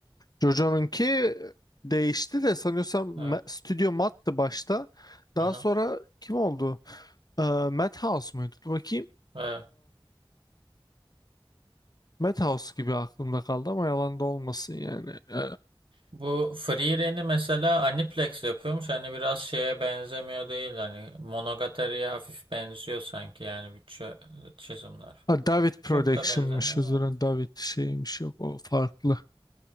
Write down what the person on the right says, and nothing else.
Evet.
Aha.
Evet.
Bu Free Ren'i mesela Aniplex yapıyormuş. Hani biraz şeye benzemiyor değil. Hani Monogatari'ye hafif benziyor sanki. Yani bütçe çizimler falan.
Çok da benzemiyor ama.